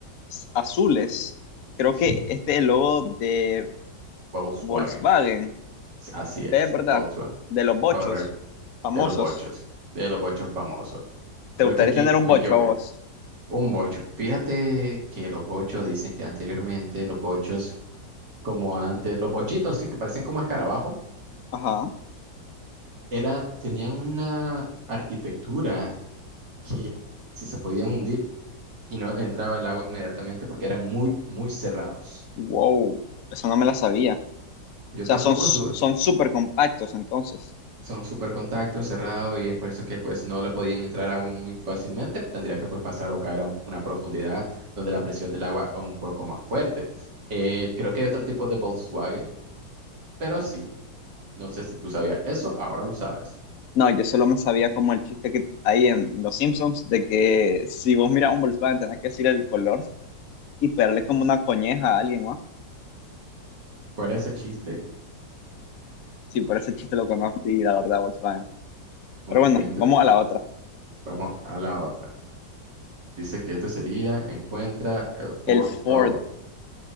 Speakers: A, on the left (about 60°); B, on the right (about 70°).
A: s- azules. Creo
B: Sí,
A: que este es el logo de
B: Volkswagen,
A: Volkswagen.
B: así
A: Este
B: es,
A: es, ¿verdad?
B: Volkswagen,
A: De los bochos
B: correcto,
A: famosos.
B: de los bochos, de los bochos famosos.
A: ¿Te
B: Creo
A: gustaría
B: que aquí
A: tener un
B: me
A: bocho
B: equivoqué.
A: a vos?
B: Un bocho. Fíjate que los bochos dicen que anteriormente los bochos, como antes, los bochitos, sí, que parecen como escarabajo,
A: Ajá.
B: era, tenían una arquitectura que si se podían hundir y no le entraba el agua inmediatamente porque eran muy, muy cerrados.
A: Wow, eso no me la sabía. O
B: Yo
A: sea,
B: tampoco
A: son s-
B: estuve.
A: son súper compactos entonces.
B: Son súper contactos, cerrados y es por eso que pues no le podían entrar agua muy fácilmente. Tendría que pues pasar o caer a un- una profundidad donde la presión del agua es un poco más fuerte. Eh, creo que hay otro tipo de Volkswagen, pero sí. No sé si tú sabías eso, ahora lo sabes.
A: No, yo solo me sabía como el chiste que hay en Los Simpsons de que si vos miras un Volkswagen tenés que decir el color y pegarle como una coñeja a alguien, ¿no?
B: Fuera ese chiste,
A: Sí, por ese chiste lo conocí, la verdad, Volkswagen.
B: muy,
A: Pero bueno,
B: muy interesante.
A: vamos a la otra.
B: Vamos a la otra. Dice que este sería, encuentra el Ford
A: El Ford.
B: logo.